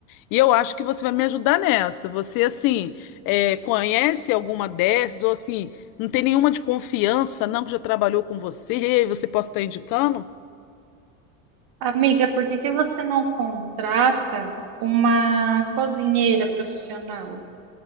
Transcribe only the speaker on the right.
Amiga, por que que você não contrata uma cozinheira profissional?